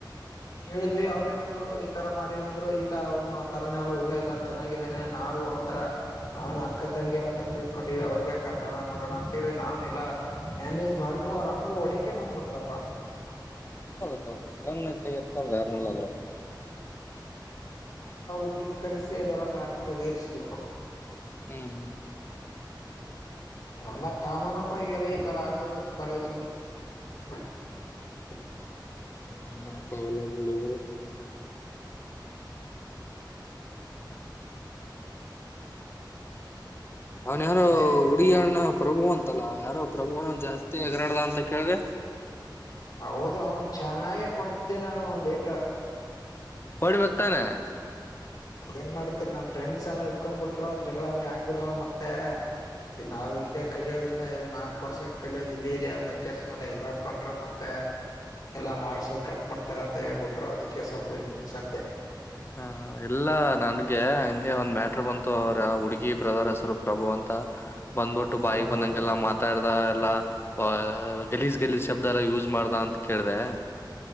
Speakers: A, on the left; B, on the left.
A: ಕೇಳಿದ್ವಿ ಅವರ ಏನಂದ್ರು ಈ ತರ ಮಾಡಿನಂದ್ರು ಇಲ್ಲ ಅವನು ಹುಡುಗ ಎಲ್ಲ ಚೆನ್ನಾಗಿದ್ದಾನೆ ನಾವು ಅವ ರ ಅವ್ನ ಅಕ್ಕ ತಂಗಿಯರ ಅಂತ ತಿಳ್ಕೊಂಡಿವ ಅವ್ರಗ್ ಯಾಕ ಆತಾರ ಮಾಡೊಣ ಅಂತೇಳಿ ನಾ ಎಲ್ಲ ಮ್ಯಾನೇಜ್ ಮಾಡಿದ್ ಅವರನ್ನ ಹೊಡಕೆ ಬಂದ್ಬಿಟ್ರಪ್ಪ
B: ಹ ಸಲ್ಣ ಕೈ ಎತ್ತದೇತ್ ಆಗಾಗಿಲ್ಲರ
A: ಹುಡುಗಿನ ಕರೆಸಿ ಅದೆಲ್ಲಾ ಮ್ಯಾಟರ ಬಗೆಹರ್ರಿಸಿದಿವಪ್ಪಾ
B: ಹ್ಮ್
A: ಎಲ್ಲ ಕಾಮನ ಪ ಈಗೆಲ್ಲಾ ಇತರ ಆಗದು ಕಾಲೇಜ್ ನಲ್ಲಿ ಹ
B: <unintelligible>
A: ಹ್ಮ್
B: ಅವನ ಯಾರು
A: ಮತ್ತೆ
B: ಹುಡುಗಿ ಅಣ್ಣಾ ಪ್ರಭು ಅಂತಲ್ಲ ಯಾರೋ ಪ್ರಭುನ ಜಾಸ್ತಿ ಹೆಗರಾಡ್ದ ಅಂತ ಕೇಳ್ದೆ
A: ಹೌದು ಅವನ್ ಚೆನ್ನಾಗೇ ಕೊಡ್ತಿದ್ದೆ ನಾನು ಒಂದ ಏಟ
B: <unintelligible> ತಾನೆ
A: ಏನ್ ಮಾಡ್ತಿರಿ ನಮ್ ಫ್ರೆಂಡ್ಸ್ ಎಲ್ಲ ಹಿಡ್ಕಂಡ್ ಬಿಟ್ರು ಜಗಳೆಲ್ಲ ಯಾಕ ಬೀಡು ಮತ್ತೆ ನಾವ್ ಇಲ್ಲೇ ಕಲಿಯೋದಿನ ನಾಕ್ ವರ್ಷ ಕಲಿಯೋದ ಇಲ್ಲೇ ಇದೆಯ ಲೆಕ್ಚರ್ಸ್ ನಾ ಎದರಹಾಕೊಂಡ್ರೆ ಮತ್ತೆ ಎಲ್ಲಾ ಮಾರ್ಸದ ಕಟ್ ಮಾಡ್ತಾರ ಅಂತ ಹೇಳ್ಬಿಟ್ರು ಅದಕ್ಕೆ ಸ್ವಲ್ಪ ಹಿಂದಕ್ ಸರ್ದೆ
B: ಹ ಇಲ್ಲ ನನಗೆ ಹಂಗೆ ಒಂದ್ ಮ್ಯಾಟ್ರ ಬಂತು ಅವ್ರ ಹುಡುಗಿದು ಬ್ರದರ ಹೆಸರು ಪ್ರಭು ಅಂತ ಬಂದ್ಬಿಟ್ಟು ಬಾಯಿಗೆ
A: ಹೌದೌದು
B: ಬಂದಂಗೆಲ್ಲ ಮಾತಾಡ್ದ ಎಲ್ಲಾ ವ ಗಲೀಜ್ ಗಲೀಜ್ ಶಬ್ದ ಎಲ್ಲ ಯೂಸ್ ಮಾಡ್ದ ಅಂತ ಕೇಳ್ದೆ